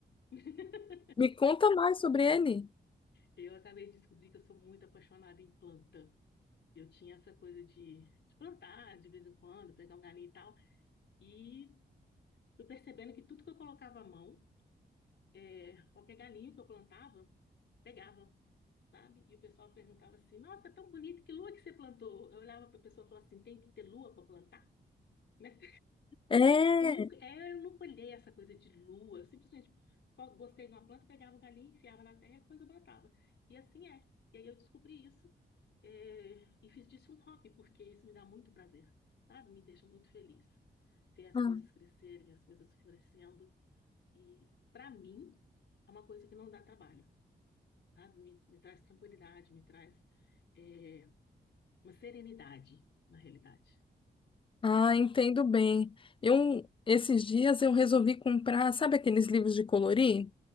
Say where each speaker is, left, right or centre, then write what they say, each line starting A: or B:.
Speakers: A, on the left; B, on the left.
A: <laughs>
B: Me conta mais sobre ele.
A: Eu acabei de descobrir que eu sou muito apaixonada em planta. Eu tinha essa coisa de, de plantar de vez em quando, pegar um galinho e tal. E fui percebendo que tudo que eu colocava à mão, é, qualquer galinho que eu plantava, pegava. sabe? E o pessoal perguntava assim: Nossa, tão bonito, que lua que você plantou? Eu olhava para a pessoa e falava assim: Tem que ter lua para plantar, né?
B: É.
A: Eu nunca, é, eu nunca olhei essa coisa de lua, eu simplesmente co- gostei de uma planta, pegava um galinho, enfiava na terra e depois eu plantava. E assim é. E aí eu descobri isso, é, e fiz disso um hobby, porque isso me dá muito prazer, sabe? Me deixa muito feliz. Ver as
B: Ah,
A: coisas crescerem, as coisas florescendo. E, para mim, é uma coisa que não dá trabalho, sabe? Me, me traz tranquilidade, me traz. é, Uma serenidade, na realidade.
B: ah, entendo bem. Eu, esses dias eu resolvi comprar, sabe aqueles livros de colorir?